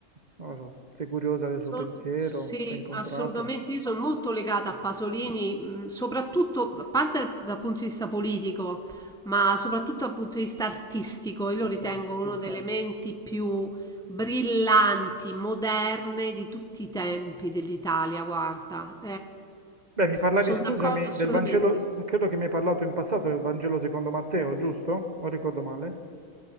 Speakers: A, on the right; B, in the centre.
A: non lo so, sei curiosa del
B: So-
A: suo pensiero,
B: Sì,
A: l'hai incontrato,
B: assolutamente. Io sono molto legata a Pasolini, mh, soprattutto a parte dal dal punto di vista politico, ma soprattutto dal punto di vista artistico. Io
A: lo
B: lo ritengo
A: so.
B: uno delle Ok. menti più brillanti, moderne di tutti i tempi dell'Italia. Guarda,
A: Beh, mi parlavi,
B: sono
A: scusami,
B: d'accordo assolutamente.
A: del Vangelo, credo che mi hai parlato in passato del Vangelo secondo Matteo, giusto? O ricordo male?